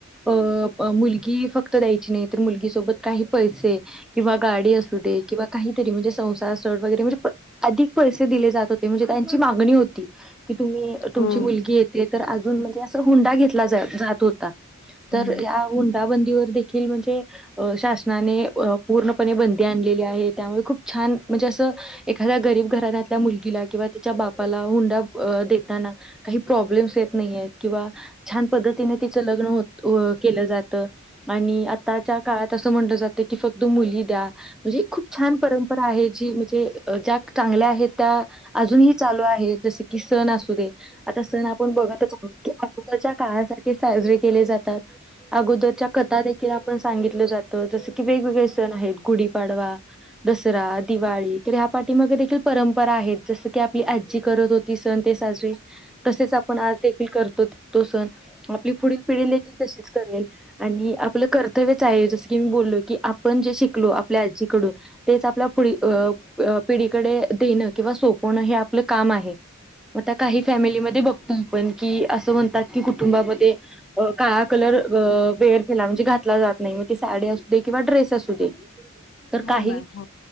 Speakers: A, in the centre; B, on the left (about 60°).
A: अ मुलगी फक्त द्यायची नाही तर मुलगी सोबत काही पैसे किंवा गाडी असू दे किंवा काहीतरी म्हणजे संसार सर वगैरे म्हणजे अधिक पैसे दिले जात होते म्हणजे त्यांची मागणी होती कि तुम्ही तुमची
B: हो
A: मुलगी येते तर अजून म्हणजे असं हुंडा घेतला जात होता
B: हम्म
A: तर या हुंडाबंदीवर देखील म्हणजे शासनाने पूर्णपणे बंदी आणली आहे त्यामुळे खूप छान म्हणजे अस एखा्या गरीब घरल्या मुलीला किंवा बाला हुंड देना काही प्रॉब्लेमस येत नाहीय किंवा छान पद्धतीने तिच लग्न होत केलं जातं आणि आताच्या काळात असं म्हणलं जात की फक्त मुली द्या म्हणजे खूप छान परंपरा आहे जी म्हणजे ज्या चांगल्या आहेत त्या अजूनही चालू आहे जसे की सण असू दे आता अस ना आपण बघतच आहोत की अगोदरच्या काळाासारखे साजरे केले जातात अगोदरच्या कथा ि आपण सांगितलं जात जस की वेगवेगळे सण आहेत गुढीपाडवा दसरा दिवाळी तर ह्या पाठी मग देखील परंपरा आहेत जसं आपली आजजी करत होती सण ते साजरी तसेच आपण आज करतो तो सण आपली पुढील पिढी देखील तशीच करेल आणि आपलं कर्तव्यच आहे जसं की मी बोललो की आपण जे शिकलो आपल्या आजीकडून तेच आपल्या पुढ अ पिढीकडे देणं किंवा सोपवणं हे आपलं काम आहे आता काही फॅमिलीमध्ये बघतो आपण की असं म्हणतात की कुटुंबामध्ये अ काळा कलर अ वेअर केला म्हणजे घातला जात नाही म त साडी असू दे किंवा ड्रेस असू दे तर काही
B: हो मॅम हो